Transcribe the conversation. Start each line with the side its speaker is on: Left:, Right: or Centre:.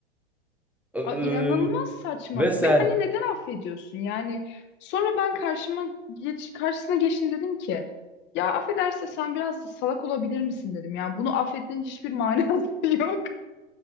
Centre: Ee,
Left: A- İnanılmaz saçmalık
Centre: ve sen
Left: ve hani neden affediyorsun? Yani sonra ben karşıma geç, karşısına geçtim dedim ki ya affederse sen biraz salak olabilir misin dedim. Yani bunu affetmenin hiçbir manası <laughs> yok.